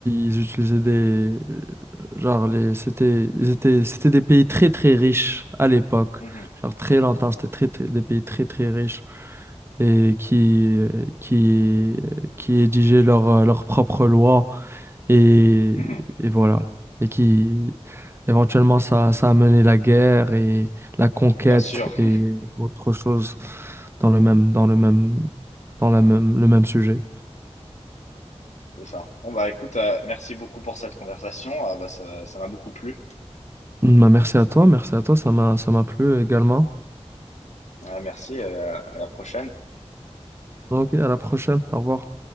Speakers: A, on the right; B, on the left.
A: ils utilisaient des genre les c'était ils étaient c'était des pays très très riches à l'époque.
B: Mhm,
A: Genre très longtemps, c'était très, très- des pays très très riches et qui euh, qui qui rédigeaient leur euh, leur propre loi et
B: mhm,
A: et voilà et qui éventuellement ça ça a mené la guerre et la conquête
B: bien sûr,
A: et
B: <laughs>
A: autre chose dans le même dans le même dans
B: Mhm,
A: la même le même sujet.
B: c'est ça. Bon bah écoute, euh, merci beaucoup pour cette conversation, Ah bah ça, ça m'a beaucoup plu,
A: Bah, merci à toi, merci à toi, ça m'a ça m'a plu également.
B: Ah, merci, euh, à la prochaine.
A: ok à la prochaine, au revoir.